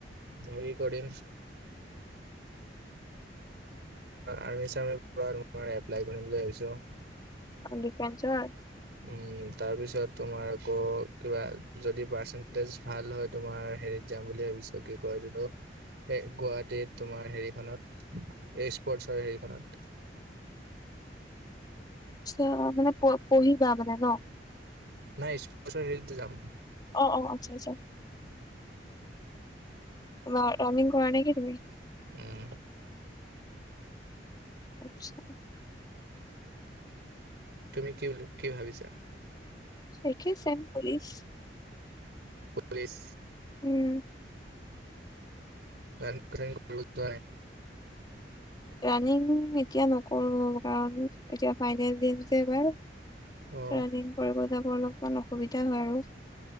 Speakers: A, on the right (about 70°); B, on the left (about 25°).
A: টো হেৰি কৰিম আৰ্মি চাৰ্মি এপলাই কৰিম বুলি ভাবিছো।
B: অ', ডিফেন্সত?
A: উম, তাৰপিছত তুমাৰ আকৌ কিবা যদি পাৰ্চেন্টেজ ভাল হয় তোমাৰ হেৰিত যাম বুলি ভাবিছো কি কয় এইটো এ গুৱাহাটীত তোমাৰ হেৰিখনত স্পৰ্টচৰ হেৰিখনত <inaudible>
B: আচ্ছা মানে পঢ়িবা মানে ন?
A: নাই স্পৰ্শৰ হেৰিটোত যাম
B: অ অ আচ্ছা আচ্ছা। ৰানিং কৰা নে কি তুমি?
A: উম
B: আচ্ছা।
A: তুমি কি বুলি কি ভাবিছা?
B: একে ছেম পুলিচ
A: পুলিচ
B: উম
A: ৰানিং চানিং কৰিব যোৱা নে?
B: ৰানিং এতিয়া নকৰো কাৰণ এতিয়া ফাইনেল দিম যে এইবাৰ।
A: অ
B: ৰাণিং কৰিব যাব অলপমান অসুবিধা হয় আৰু।